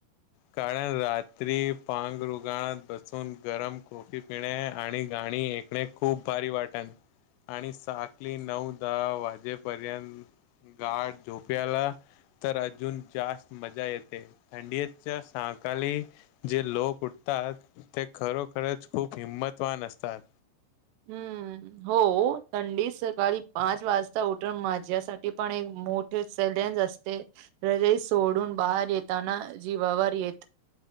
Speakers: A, on the left; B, on the right.
A: कारण रात्री पांग रुगणात बसून गरम कॉफी पिणे आणिा आणि इकडे खूप भारी वाटण आणि साकली नऊ दहा वाजेपर्यंत गाठ झोप्याला तर अजून जास्त मजा येते थंडीच्या साकाळी जे लोक ते खरोखरच खूप हिंमतवान असतात
B: हम्म! हो थंडी सकाळी पाच वाजता उठ माझ्यासाठी पण एक मोठ. अस हदय सोडून बाहेर येताना जीवावर येत.